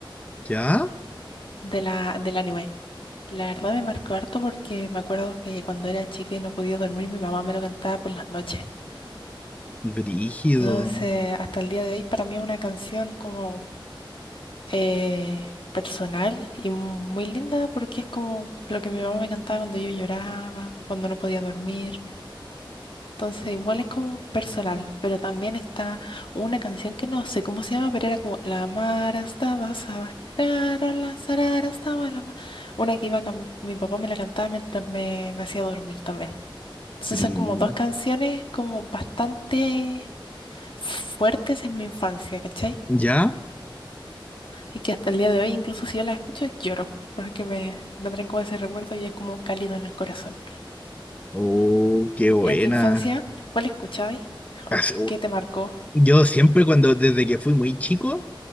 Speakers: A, on the left; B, on the left.
A: ¿Ya?
B: de la, del anime. La verdad me marcó harto porque me acuerdo que cuando era chica y no podía dormir, mi mamá me lo cantaba por las noches.
A: Brígido.
B: Entonces, hasta el día de hoy, para mí es una canción como eh, personal y muy linda porque es como lo que mi mamá me cantaba cuando yo lloraba, cuando no podía dormir. Entonces, igual es como personal, pero también está una canción que no sé cómo se llama, pero era como La Mara estaba saba- rarola, sarara estaba la ma-". Una que iba cam- mi papá me la cantaba mientras me, me hacía dormir también. Entonces,
A: Brí-
B: son como dos canciones como bastante fuertes en mi infancia, ¿cachai?
A: ¿Ya?
B: Y que hasta el día de hoy, incluso si yo las escucho, lloro, porque me, me traen como ese recuerdo y es como cálido en el corazón.
A: Oh, qué buena.
B: En tu infancia, ¿cuál escuchabas?
A: Así-
B: ¿O qué te marcó?
A: Yo siempre cuando, desde que fui muy chico,